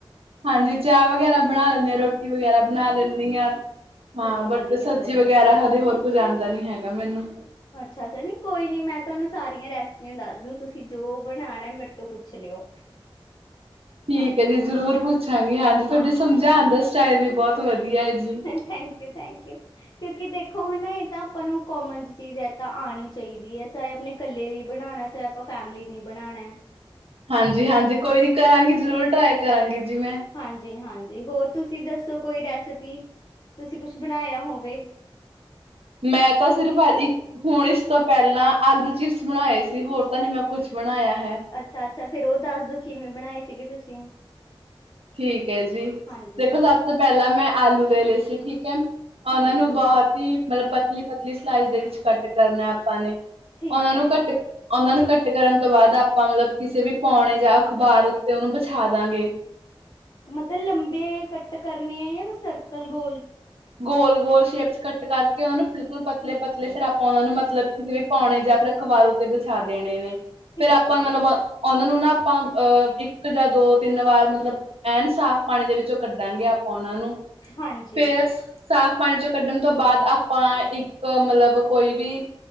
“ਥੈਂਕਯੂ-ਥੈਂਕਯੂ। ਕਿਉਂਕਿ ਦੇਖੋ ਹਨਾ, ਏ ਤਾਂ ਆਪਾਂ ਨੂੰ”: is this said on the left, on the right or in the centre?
Left